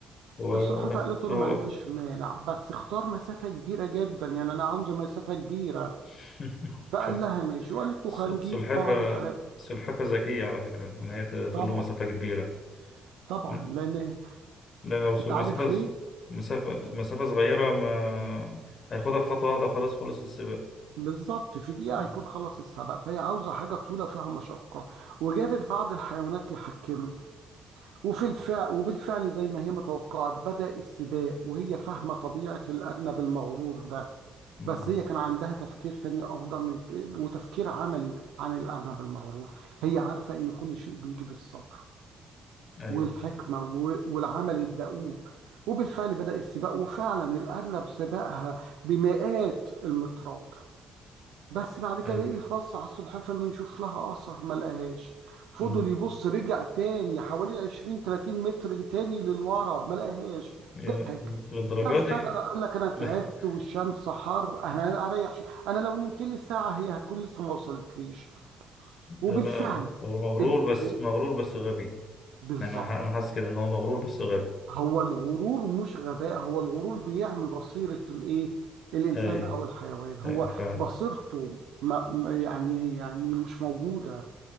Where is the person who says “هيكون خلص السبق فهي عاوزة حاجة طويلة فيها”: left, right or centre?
Right